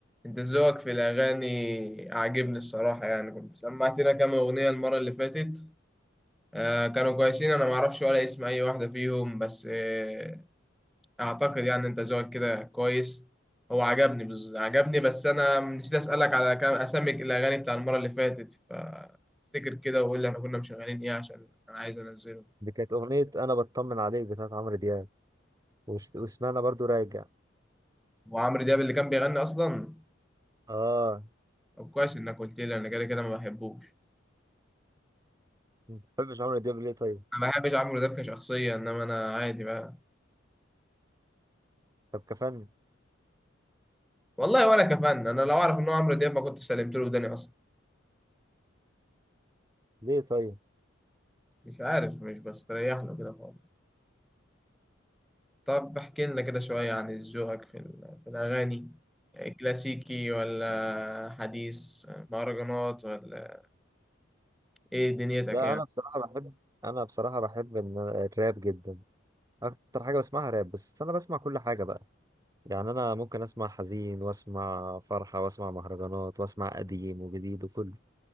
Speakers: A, in the centre; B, on the right (about 20°).
A: انت ذوقك في الاغاني عاجبني الصراحه يعني كنت سمعتنا كام اغنيه المره اللي فاتت آه كانوا كويسين انا ما اعرفش ولا اسم اي واحده فيهم بس آه اعتقد يعني انت ذوقك كده كويس هو عجبني بز... عجبني بس انا نسيت اسالك على كام اسامي الاغاني بتاع المره اللي فاتت فافتكر كده وقول لي احنا كنا مشغلين ايه عشان انا عايز انزله
B: دي كانت أغنية أنا بطمن عليك بتاعت عمرو دياب وش- وسمعنا برضو راجع
A: وعمرو دياب اللي كان بيغني اصلا
B: آه
A: طب كويس انك قلت لي انا كده كده ما بحبوش
B: ما بتحبش عمرو دياب ليه طيب؟
A: انا ما بحبش عمرو دياب كشخصيه انما انا عادي بقى
B: طب كفن
A: والله ولا كفن انا لو اعرف ان هو عمرو دياب ما كنت سلمت له وداني اصلا
B: ليه طيب؟
A: مش عارف مش بستريح له كده خالص طب احكي لنا كده شويه عن ذوقك في, ال- في الاغاني كلاسيكي ولا حديث مهرجانات ولا ايه دنيتك
B: لا
A: يعني
B: أنا بصراحة بحب أنا بصراحة بحب إن- الراب جدا أكتر حاجة بسمعها راب بس أنا بسمع كل حاجة بقى يعني أنا ممكن أسمع حزين وأسمع فرحة وأسمع مهرجانات وأسمع قديم وجديد وكله